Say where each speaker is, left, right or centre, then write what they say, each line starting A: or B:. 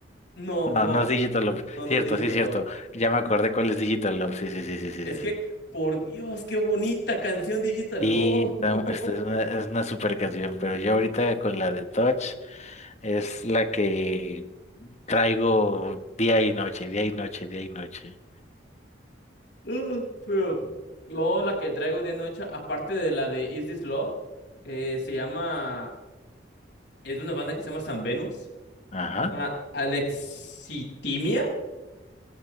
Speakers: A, on the left (about 60°); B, on the left (about 35°).
A: No,
B: No,
A: no,
B: no es Digital Love.
A: no,
B: Cierto,
A: no, Digital
B: sí, cierto.
A: Love.
B: Ya me acordé cuál es Digital Love. Sí, sí, sí, sí, sí,
A: Es
B: sí. Sí,
A: que, por Dios, qué bonita canción Digital
B: Sí,
A: Love. <laughs>
B: está- esta es una, es una super canción, pero yo ahorita con la de Touch es la que traigo día y noche, día y noche, día y noche.
A: Uh, Pero yo la que traigo de noche, aparte de la de Is This Love, eh, se llama, es de una banda que se llama San Venus,
B: Ajá.
A: se llama Alexitimia.